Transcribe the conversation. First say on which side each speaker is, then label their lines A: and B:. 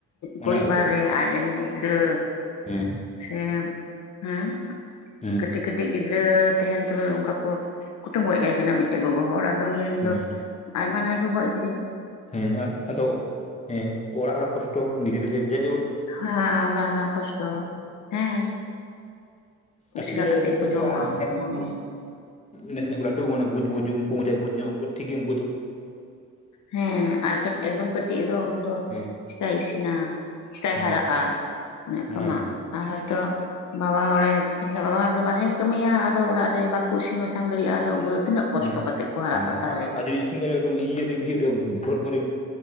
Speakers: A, on the left (about 70°); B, on the left (about 25°).
A: ᱯᱚᱨᱤᱵᱟᱨ
B: ᱚᱱᱟ ᱜᱮᱛᱚ
A: ᱨᱮ ᱟᱡᱨᱮᱱ ᱜᱤᱫᱽᱨᱟᱹ,
B: ᱦᱮᱸ
A: ᱥᱮ, ᱦᱮᱸ
B: ᱦᱮᱸ
A: ᱠᱟᱹᱴᱤᱡ ᱠᱟᱹᱴᱤᱡ ᱜᱤᱫᱽᱨᱟᱹ ᱛᱟᱦᱮᱱ ᱛᱚᱵᱮ ᱚᱱᱠᱟ ᱠᱚ ᱠᱩᱴᱟᱹᱢ ᱜᱚᱡ ᱠᱟᱭ ᱠᱟᱱᱟ ᱢᱤᱫᱴᱮᱡ ᱜᱚᱜᱚ ᱦᱚᱲ, ᱤᱱ ᱢᱮᱱ
B: ᱦᱮᱸ
A: ᱫᱚ ᱟᱡᱢᱟ ᱱᱟ ᱦᱚᱭ ᱠᱚ ᱜᱚᱡᱽ ᱠᱤᱫᱤ
B: ᱦᱮᱸ ᱟᱫᱚ ᱦᱮᱸ ᱚᱲᱟᱜ ᱚᱲᱟᱜ ᱠᱚᱥᱴᱚ ᱜᱤᱫᱽᱨᱟᱹ ᱡᱟᱨ ᱡᱮ ᱡᱮᱵᱚᱨ <unintelligible>
A: ᱦᱟᱸ ᱚᱲᱟ ᱨᱮᱱᱟᱜ ᱠᱚᱥᱴᱚ᱾ ᱦᱮᱸ
B: ᱠᱟᱹᱴᱤᱡ
A: ᱩᱥᱤᱠᱟ
B: ᱜᱤᱫᱽᱨᱟᱹ
A: ᱠᱟᱛᱮᱜ
B: ᱡᱮᱢᱚᱱ
A: ᱠᱚ
B: ᱠᱚᱥᱴᱚ
A: ᱡᱚᱢᱟ
B: ᱟᱨ ᱡᱟᱦᱟᱸᱭ
A: ᱩᱱᱠᱩ,
B: ᱱᱟᱥᱮᱱᱟᱜ ᱞᱟᱹᱴᱷᱩᱣ ᱠᱟᱱᱟ ᱵᱩᱡ, ᱵᱩᱡ ᱩᱱᱠᱩ ᱡᱟᱦᱟᱭ ᱵᱩᱡ ᱧᱟᱢᱟ ᱩᱱᱠᱩ ᱴᱷᱤᱠ ᱜᱮ ᱩᱱᱠᱩ ᱫᱚ,
A: ᱦᱮᱸ ᱟᱨ ᱠᱟᱹᱴ ᱮᱠᱫᱚᱢ ᱠᱟᱹᱴᱤᱡ ᱫᱚ ᱩᱱ ᱫᱚ,
B: ᱦᱮᱸ
A: ᱪᱤᱠᱟᱭ ᱤᱥᱤᱱᱟ ᱪᱤᱠᱟᱭ
B: ᱦᱮᱸ
A: ᱦᱟᱨᱟᱜᱼᱟ? ᱚᱱᱮ ᱚᱱᱠᱟ
B: ᱚᱱᱟ
A: ᱢᱟ
B: ᱜᱮᱛᱚ
A: ᱟᱨ ᱦᱚᱭᱛᱳ ᱵᱟᱵᱟ ᱦᱚᱲᱮ ᱛᱮᱦᱮᱱ ᱠᱷᱟᱱ ᱵᱟᱵᱟ ᱦᱚᱲ ᱫᱚ ᱵᱟᱨᱦᱮ ᱠᱟᱹᱢᱤᱭᱟ ᱟᱨ ᱟᱫᱚ ᱚᱲᱟᱜ ᱨᱮ ᱵᱟᱠᱚ ᱤᱥᱤᱱ ᱵᱟᱥᱟᱝ ᱫᱟᱲᱮᱭᱟᱜᱼᱟ, ᱟᱫᱚ ᱩᱱᱠᱩᱫᱚ ᱛᱤᱱᱟᱹᱜ ᱠᱚᱥᱴᱚ
B: ᱦᱩᱸ
A: ᱠᱟᱛᱮᱜ ᱠᱚ ᱦᱟᱨᱟᱜᱼᱟ
B: ᱦᱩᱸ
A: ᱛᱟᱦᱚᱞᱮ
B: ᱟ-ᱟᱨ ᱡᱩᱫᱤ <unintelligible> ᱤᱭᱟᱹ ᱵᱷᱳᱨ ᱠᱚᱨᱮ